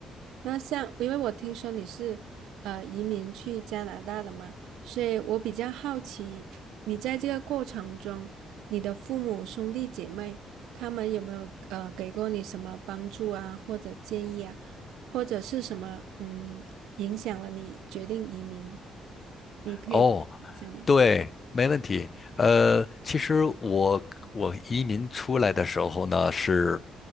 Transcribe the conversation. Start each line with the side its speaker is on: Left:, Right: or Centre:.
Right: 那像，因为我听说你是呃移民去加拿大的嘛，所以我比较好奇，你在这个过程中，你的父母兄弟姐妹他们有没有呃给过你什么帮助啊，或者建议啊，或者是什么嗯影响了你决定移民？你可以分享吗？
Left: 哦，对，没问题。呃，其实我我移民出来的时候呢是。